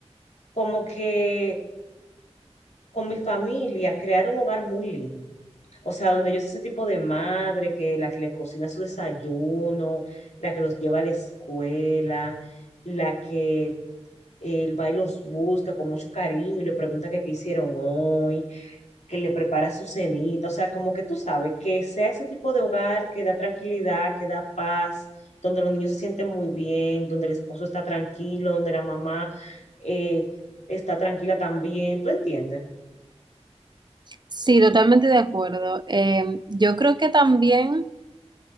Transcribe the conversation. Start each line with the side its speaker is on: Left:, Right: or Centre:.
Left: como que con mi familia, crear un hogar muy lindo. O sea, donde yo soy ese tipo de madre que la que le cocina su desayuno, la que los lleva a la escuela, la que él va y los busca con mucho cariño y le pregunta que qué hicieron hoy, que le prepara su cenita. O sea, como que tú sabes, que sea ese tipo de hogar que da tranquilidad, que da paz, donde los niños se sienten muy bien, donde el esposo está tranquilo, donde la mamá eh, está tranquila también. ¿Tú entiendes?
Right: Sí, totalmente de acuerdo. Eh, yo creo que también...